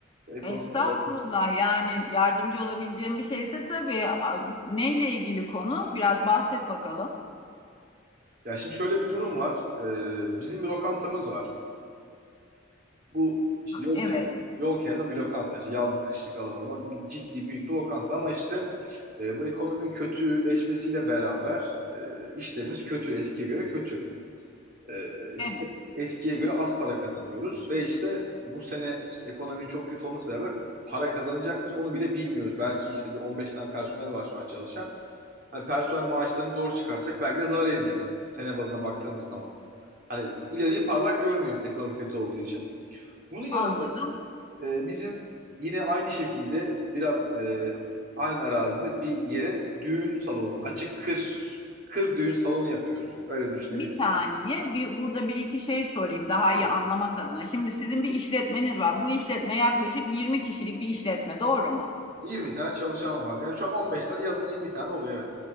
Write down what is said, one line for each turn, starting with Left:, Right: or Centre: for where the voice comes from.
Right: bu ekonomide...
Left: Estağfurullah. Yani yardımcı olabileceğim bir şeyse tabii. A- Neyle ilgili konu? Biraz bahset bakalım.
Right: Ya şimdi şöyle bir durum var. Ee, bizim bir lokantamız var. Bu işte yol
Left: Evet,
Right: kenarı, yol kenarında bir lokanta. İşte yazlık kışlık alan olmak ciddi büyük bir lokanta ama işte e, bu ekonominin kötüleşmesiyle beraber e, işlerimiz kötü. Eskiye göre kötü. E, işte
Left: evet.
Right: çok eskiye göre az para kazanıyoruz ve işte bu sene işte ekonominin çok kötü olması beraber para kazanacak mıyız onu bile bilmiyoruz. Belki işte bir 15 tane personel var şu an çalışan. Hani personel maaşlarını zor çıkartacak. Belki de zarar edeceğiz. Sene bazına baktığımız zaman. Hani ileriyi parlak görmüyoruz ekonomi kötü olduğu için. Bunun yanında
Left: Anladım.
Right: e, bizim yine aynı şekilde biraz e, aynı arazide bir yere düğün salonu, açık kır, kır düğün salonu yapıyoruz. Öyle düşünebilirsin.
Left: Bir saniye. Bir, burada bir iki şey sorayım daha
Right: Evet.
Left: iyi anlamak adına. Şimdi sizin bir işletmeniz var. Bu işletme yaklaşık 20 kişilik bir işletme, doğru mu?
Right: 20 tane çalışan var. Yani şu an 15 tane yazın 20 tane oluyor evet.